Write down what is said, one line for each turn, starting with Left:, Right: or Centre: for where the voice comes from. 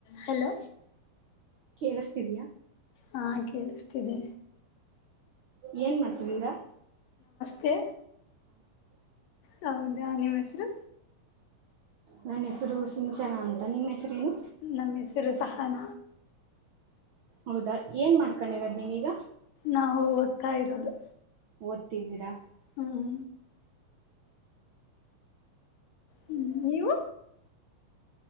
Left: Hello
Right: ಕೇಳಿಸ್ತಿದಯಾ
Left: ಹಾ ಕೇಳಿಸ್ತಿದೆ
Right: ಏನ್ ಮಾಡ್ತಿದೀರಾ
Left: ಕೆ ಹೌದಾ ನಿಮ್ಮ ಹೆಸರು
Right: ನನ್ನ ಹೆಸರು ಸಿಂಚನಾ ಅಂತ ನಿಮ್ಮ ಹೆಸರೇನು
Left: ನಮ್ಮ ಹೆಸರು ಸಹಾನ
Right: ಹೌದಾ ಏನ್ ಮಾಡ್ಕೊಂಡಿರೋದ್ ನೀವೀಗ
Left: ನಾವು ಓದ್ತಾ ಇರೋದು
Right: ಓದ್ತಿದ್ದೀರಾ
Left: ಹ್ಮ್ ಹ್ಮ್ ನೀವು